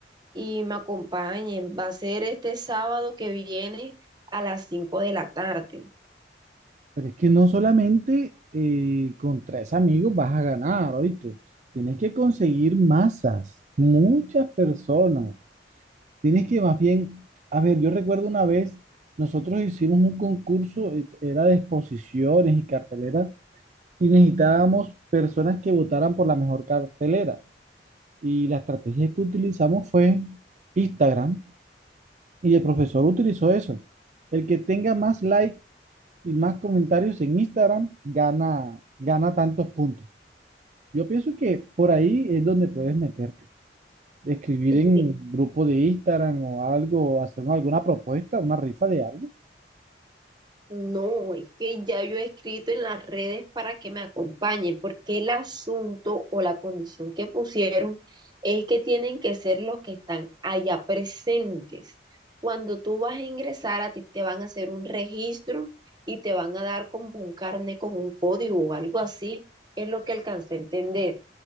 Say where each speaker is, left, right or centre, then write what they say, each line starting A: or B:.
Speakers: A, on the right; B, on the right.
A: y me acompañen. Va a ser este sábado que viene a las 5 de la tarde.
B: pero es que no solamente eh, con tres amigos vas a ganar, ¿oíste? Tienes que conseguir masas, muchas personas. Tienes que más bien, a ver, yo recuerdo una vez, nosotros hicimos un concurso, eh, era de exposiciones y cartelera, y necesitábamos personas que votaran por la mejor cartelera. Y la estrategia que utilizamos fue Instagram, y el profesor utilizó eso. El que tenga más likes y más comentarios en Instagram gana, gana tantos puntos. Yo pienso que por ahí es donde puedes meterte. escribir
A: Es
B: en
A: que
B: grupo de Instagram o algo, o hacernos alguna propuesta, una rifa de algo.
A: no, es que ya yo he escrito en las redes para que me acompañen, porque el asunto o la condición que pusieron es que tienen que ser los que están allá presentes. Cuando tú vas a ingresar, a ti te van a hacer un registro y te van a dar como un carnet con un código o algo así, es lo que alcancé a entender.